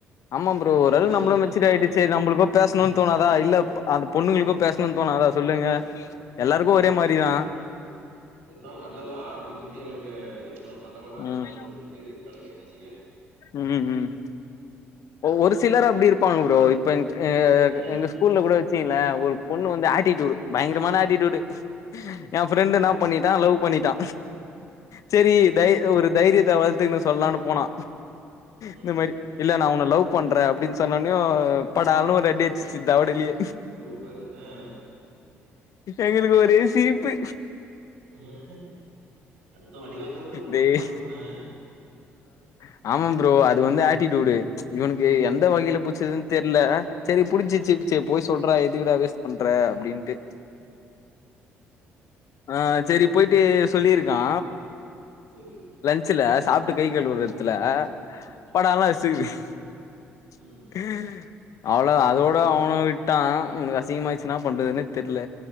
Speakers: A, on the left (about 55°); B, on the right (about 75°).
A: ஆமா ஃப்ரோ
B: இல்லாட்டி
A: ஓரளவு
B: சென்னைய
A: நம்மளு
B: பாத்து
A: மெச்சிடாயிடுச்சே
B: வந்துரலான்ட்டு இருக்கே
A: நம்மளுக்கு பேசணுன்னு தோணாதா
B: ம்
A: இல்ல அந்த பொண்ணுங்களுக்கு
B: அது
A: பேசணுனு
B: செரி
A: தோணாதா சொல்லுங்க எல்லாருக்கு ஒரே
B: அது
A: மாறி
B: செரிதா
A: தா
B: இருந்தாலு நல்லவா அப்டின்னு சொல்லி அவளுங்க இருக்கணு நல்லவெனா இருக்கணு
A: ம்
B: அப்டி சொல்ட்டு இப்டி இருக்காளுங்க என்ன செய்ய
A: ம் ம் ஒரு சிலர் அப்டி இருப்பாங்க ஃப்ரோ டென்த்து ஆ
B: ம்
A: எங்க ஸ்கூல்ல கூட சீல ஒரு பொண்ணு வந்து ஆட்டிடூடு பயங்கரமான ஆட்டிடூடு எ பிரெண்டு்ன
B: செரி
A: புக் பண்ணிட்டா லவ் பண்ணிட்டா செரி தை ஒரு தைரியத்த வளத்துக்குன்னு சொல்லலான்னு போனா இந்த
B: ம்
A: மாறி இல்ல நா ஒன்ன லவ் பண்றே அப்டின்னு சொன்னோனயு படாலு ஒரு அடி அடிச்சுச்சு தவடலியே
B: சூப்பரு ஆ
A: எங்களுக்கு ஒரே சிரிப்பு
B: ம் அடுத்த அடி வாங்கறதுல உங்களுக்கு
A: டேய்
B: சிரிப்புதா ஆ
A: ஆ ஆமாம் ஃப்ரோ அது வந்து
B: ம்
A: ஆட்டிடூடு இவனுக்கு எந்த
B: ம்
A: வகையில புச்சதுன்னு தெரில செரி புடிச்சிச்சு
B: ம்
A: செ போய் சொல்ற எதுக்கட வேஸ்ட் பண்ற அப்டின்ட்டு ஆ சரி போயிட்டு சொல்லிருக்கா
B: சரி
A: ச்சுல சாப்ட்டு கை கழுவுற எடத்துல படலா
B: ஓகே
A: <unintelligible>
B: ம்
A: அவ்ளோதா அதோட அவனு விட்டா ஒனக்கு அசிங்கமாச்சு என்னா பண்றதுன்னு
B: ம்
A: தெரில